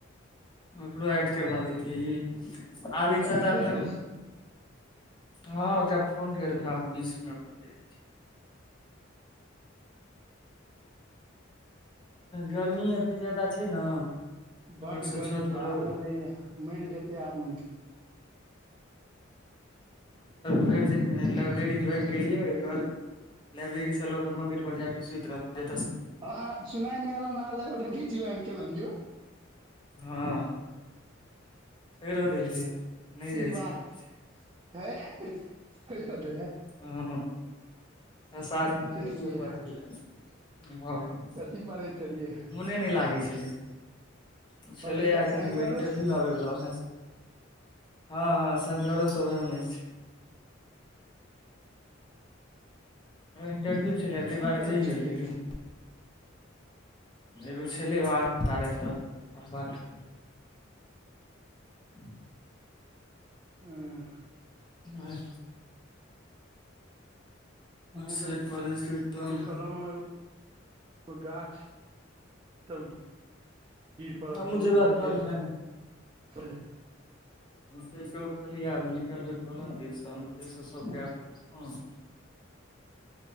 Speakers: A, on the left; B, on the right.
A: ओकरो ऐड करबा लति है ई आर
B: उधर
A: इ तऽ
B: एडे
A: ने
B: हस
A: हँ ओब फोन करबै बीस मिनट बाते गर्मी एतेक जादा छय ने
B: बड्ड
A: बार से
B: गर्मी
A: छत परो
B: बहा लगले मैर जेते आदमी
A: भरि दिन में लाइब्रेरी ज्वाइन केलियै ओहिके बाद लाइब्रेरी से एलौ तऽ मन्दिर जाके सुध रह
B: हँ अहाँ सुनाय में आल हह लाइब्रेरी ज्वाइन केललनि यौ
A: हँ छरो देलियै नय
B: की
A: जाइ
B: बात
A: छिय आब
B: है बधरय
A: हं छ सात दिन गेलियै
B: किया
A: पढ़य लए भऽ गेल
B: कथी पे चलिये
A: मोने नहि लागै छलै ओ छलैए
B: पढ़ैके
A: एखन
B: शंकरो
A: एगो इन्टरव्यू
B: अ
A: आबैवला ओएह हँ ह सनगरो सब ओह में छै इंटरव्यू छलइ तहि दुआरे
B: की पढ़ै
A: जइयै
B: छलियै
A: लेकिन एगो छलै आर तऽ पढ़बाक हं
B: ह <unintelligible>
A: नय
B: हमक
A: सेट कॉलेज के एकदम
B: कलम <unintelligible> ओ गाछसभ गिर पड़ल
A: हमहूँ
B: छलय
A: जेबै
B: बुझलियै
A: आब कलमे
B: त <inaudible>
A: सुति उठलियै निकलबै कहल देश तह ओत सब गे खन